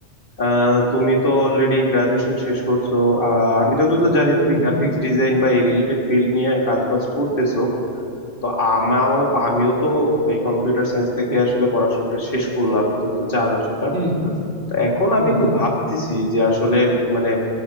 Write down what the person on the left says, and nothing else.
আহ, তুমি তো অলরেডি গ্রাজুয়েশন শেষ করছো আহ, আমি যতদূর জানি তুমি
গ্রাফিক্স
ডিজাইন বা এই রিলেটেড ফিল্ড নিয়ে কাজবাজ করতেছো তো আমাও আমিও তো এই কম্পিউটার সায়েন্স থেকে আসলে পড়াশোনাটা শেষ করলাম তুমি তো জানো সেটা
তো এখন আমি
একটু
ভাবতেছি যে আসলে মানে